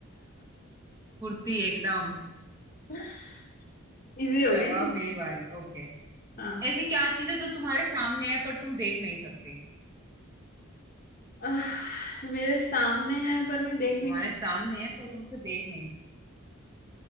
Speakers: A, on the right; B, on the left.
A: फुर्ती एकदम
B: <laughs> इजी हो
A: चलो
B: गया है।
A: अब यही बारी है ओके
B: हाँ
A: ऐसी क्या चीजें तो तुम्हारे सामने है पर तुम देख नहीं सकते
B: आह, मेरे सामने है पर मैं देख
A: तुम्हारे
B: नहीं सकती
A: सामने है पर तुम उसे देख नहीं सकते